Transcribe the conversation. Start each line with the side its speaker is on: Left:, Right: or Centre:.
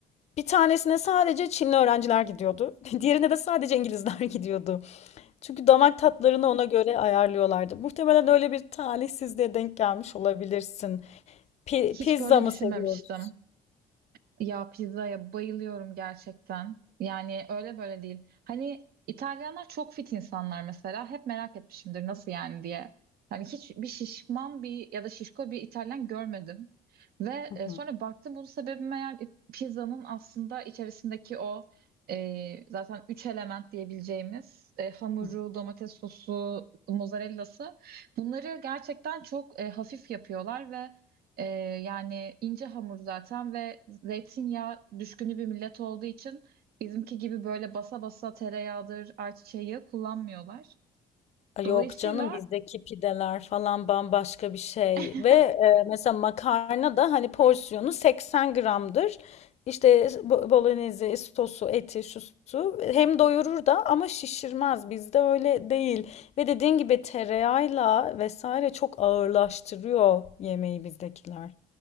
Left: Bir tanesine sadece Çinli öğrenciler gidiyordu. <laughs> Diğerine de sadece İngilizler <laughs> gidiyordu. Çünkü damak tatlarını ona göre ayarlıyorlardı. Muhtemelen öyle bir talihsizliğe denk gelmiş olabilirsin. Pi-
Right: Hiç
Left: pizza
Right: böyle
Left: mı
Right: düşünmemiştim.
Left: seviyoruz?
Right: Ya pizzaya bayılıyorum gerçekten. Yani öyle böyle değil. Hani İtalyanlar çok fit insanlar mesela. Hep merak etmişimdir nasıl yani diye. Yani hiçbir şişman bir ya da şişko bir İtalyan görmedim. Ve
Left: Hı hı.
Right: e, sonra baktım bunun sebebi meğer e, pizzanın aslında içerisindeki o e, zaten üç element diyebileceğimiz e, hamuru,
Left: Hı
Right: domates sosu, mozzarellası bunları gerçekten çok e, hafif yapıyorlar ve ee, yani ince hamur zaten ve zeytinyağı düşkünü bir millet olduğu için bizimki gibi böyle basa basa tereyağıdır, ayçiçeği yağı kullanmıyorlar.
Left: Ay
Right: Dolayısıyla
Left: Yok canım bizdeki pideler falan bambaşka bir şey
Right: <laughs>
Left: ve e, mesela makarna da hani porsiyonu 80 gramdır. İşte bo- bolognese, sosu, eti, şu su hem doyurur da ama şişirmez. Bizde öyle değil. Ve dediğin gibi tereyağıyla vesaire çok ağırlaştırıyor yemeği bizdekiler.